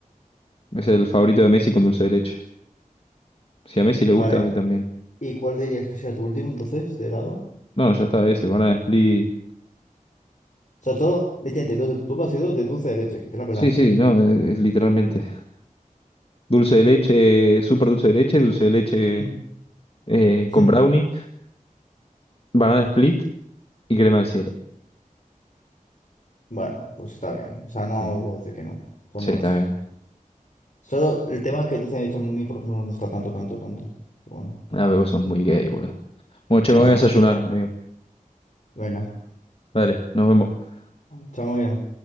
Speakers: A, on the left; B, on the left.
A: es el favorito de Messi con dulce de leche. Si a Messi le gusta,
B: Vale,
A: a mí también.
B: ¿Y cuál dirías que será tu último entonces, de lado? O
A: No, no, ya está ese. Banana split.
B: sea, todo, literalmente, dos de tu top ha sido de dulce derecho y te la pelas.
A: Sí, sí, no, es, es literalmente. Dulce de leche, súper dulce de leche, dulce de leche
B: Mm,
A: eh, con
B: mm.
A: brownie, banana split y crema del cielo.
B: Bueno, pues está bien. O sea, no
A: Sí.
B: puedo decir que no. Son
A: Sí,
B: buenos.
A: está bien.
B: Solo el tema que dulce derecho a mí, por ejemplo, no me gusta tanto, tanto, tanto. Bueno,
A: Ah, pero vos sos muy gay, boludo. Bueno, che,
B: bueno,
A: me voy a desayunar, amigo.
B: venga.
A: Dale, nos vemos.
B: Chao, máquina.